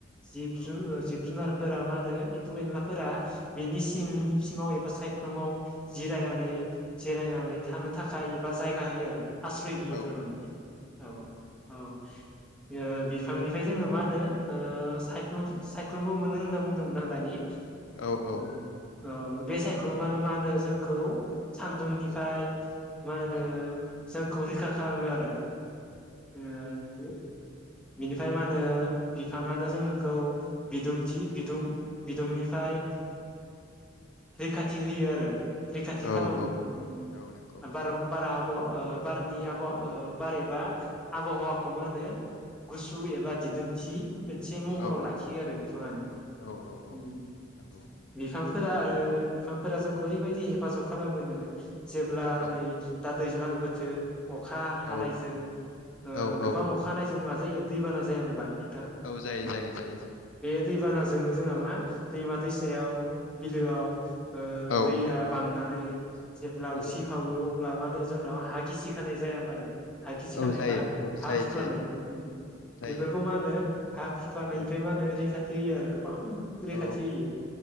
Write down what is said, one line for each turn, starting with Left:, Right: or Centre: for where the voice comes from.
Centre: जिब
Left: औ
Centre: जु जिब जुनार फोर मा होनो एम्फौ एनलाफोरा बेनि सिंनि
Left: औ
Centre: एबा सायख्लुमाव जिरायनानै जिरायनानै थानो थाखाय एबा जायगा होयो आरो आस्रय होयो
Left: औ
Centre: थारमाने औ औ ओ बिफांनिफ्राय जोङो मा होनो ओ सायख्लुम सायख्लुमबो मोनो होनना बुंदोंमोन आं दानि
Left: औ औ
Centre: ओ औ बे सायख्लुम मानो मा होनो जोंखौ सान्दुंनिफ्राय
Left: औ
Centre: मा होनो
Left: औ
Centre: जोंखौ रैखा खालामो आरो। ओ जि बिनिफाय मा होनो बिफाङानो जोंखौ बिदुंथि बिदुं बिदुंनिफाय ओ रैखा थि होयो आरो रैखाथि
Left: औ
Centre: खालामो उम
Left: औ नंगौ
Centre: बार बारा आब ओ बारनि आब ओ बार एबा आबहावाखौ मा होनो गुसु एबा दिद दोमथि मोनसे महराव
Left: औ
Centre: लाखियो आरो बिफाङानो
Left: औ औ औ
Centre: उम
Left: नंगौ
Centre: बिफां फोरा आरो बिफांफोरा जोंखौ ओरैबायदि हेफाजाब खालामोनो जेब्ला
Left: औ
Centre: नै दा दैज्लां बोथोर अखा
Left: औ
Centre: हानायजों ओ
Left: औ
Centre: गोबां
Left: औ
Centre: अखा हानाय जों मा जायो दैबाना जाया हामबा नों
Left: औ जायो जायो जायो जयो।
Centre: दैबानाजोंनो जोंहा मा दैमा दैसायाव बिलोआव ओ
Left: औ
Centre: दैया बांनानै <inaudible> जेब्ला
Left: औ
Centre: उसि फावो अब्ला मा होनो जोंनाव हा गिसि खानाय जाया होमब्ला नोंथां? हा गिसि
Left: औ
Centre: खानाय
Left: जायो
Centre: बा
Left: औ
Centre: हा
Left: जायो
Centre: खुरख्लानाय
Left: जायो
Centre: उम
Left: औ जायो
Centre: बेफोरखौ मा होनो हा खुरख्लानायनिफ्राय
Left: उम
Centre: मा होनो रैखा थि होयो आरो गों बां रैखाथि
Left: औ
Centre: होयो।